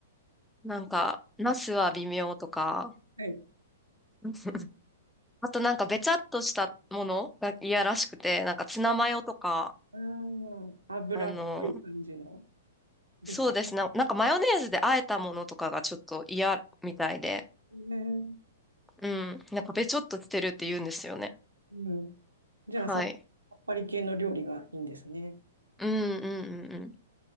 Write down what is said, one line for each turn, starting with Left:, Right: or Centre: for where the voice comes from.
Centre: なんか、ナスは微妙とか、
Right: はい。
Centre: <laughs> あとなんかべちゃっとしたものが嫌らしくて、なんかツナマヨとか、
Right: ああ油っぽい感じの、
Centre: あの、
Right: ベタ。
Centre: そうですね。なんかマヨネーズで和えたものとかがちょっと嫌みたいで、
Right: ね
Centre: うん。なんかべちょっとしてるって言うんですよね。
Right: うん。じゃあさ、
Centre: はい。
Right: さっぱり系の料理がいいんですね。
Centre: うんうんうんうん。